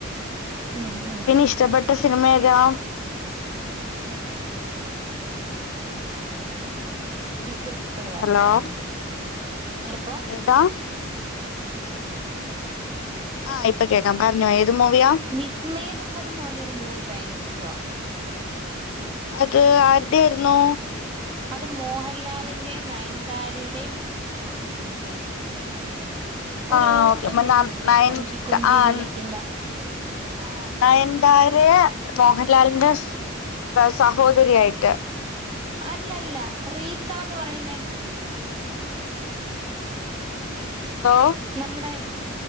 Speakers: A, on the right; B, on the left.
A: ഉം ഉം
B: പിന്നെ ഇഷ്ടപ്പെട്ട സിനിമ ഏതാ
A: <unintelligible>
B: ഹലോ
A: മൂവി ഹലോ
B: ഏതാ ആഹ് ഇപ്പൊ കേൾക്കാം പറഞ്ഞോ ഏത് മൂവിയ
A: വിസ്മേ തുമ്പത് എന്ന് പറഞ്ഞൊരു മൂവി ഭയങ്കര ഇഷ്ട
B: അത് ആരുടെ ആയിരുന്നു
A: അത് മോഹൻലാലിന്റെയും നയൻതാരുയുടെയും ഒരു
B: ആഹ്
A: ഓൾഡ്
B: ഓക്കെ
A: മൂവി ഇല്ലേ
B: നയൻ
A: കൊഞ്ചി കൊഞ്ചി
B: താ ആഹ്
A: വിളിക്കുന്ന
B: ആഹ് നായന്താരെ മോഹൻലാലിന്റെ സ് സഹോദരിയായിട്ട്
A: അല്ലല്ല റീത്ത എന്ന് പറയുന്നേ
B: എന്തോ
A: നമ്മുടെ